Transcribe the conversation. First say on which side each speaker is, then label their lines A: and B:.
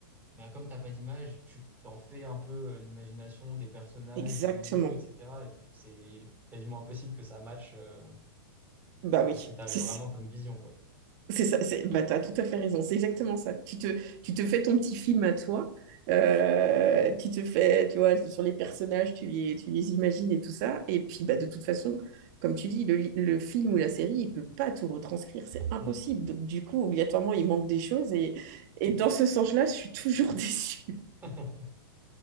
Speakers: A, on the right (about 15°); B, on the right (about 50°).
A: bah, comme t'as pas d'image, tu t'en fais un peu euh, l'imagination des personnages,
B: exactement.
A: des lieux, etc. Et donc, c'est quasiment impossible que ça matche euh,
B: Bah
A: bah,
B: oui.
A: ce que tu avais
B: <laughs>
A: vraiment comme vision, quoi.
B: C'est ça, c'est, bah, tu as tout à fait raison, c'est exactement ça. Tu te, tu te fais ton petit film à toi, euh, tu te fais, tu vois, sur les personnages, tu les, tu les imagines et tout ça. Et puis, bah, de toute façon, comme tu dis, le, li- le film ou la série, il peut pas tout retranscrire, c'est impossible.
A: Mm.
B: Donc, du coup, obligatoirement, il manque des choses. Et, et dans ce sens-là, je suis toujours <laughs> déçue.
A: <laughs>